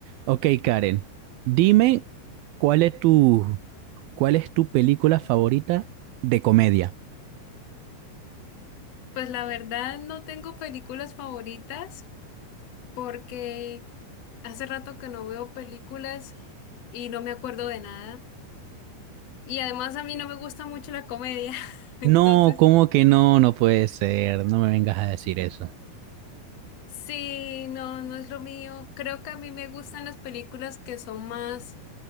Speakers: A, on the right; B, on the left.
A: Ok, Karen, dime cuál es tu, cuál es tu película favorita de comedia.
B: Pues la verdad no tengo películas favoritas porque hace rato que no veo películas y no me acuerdo de nada. Y además a mí no me gusta mucho la comedia. <laughs> Entonces,
A: No, ¿cómo que no? No puede ser. No me vengas a decir eso.
B: sí, no, no es lo mío. Creo que a mí me gustan las películas que son más,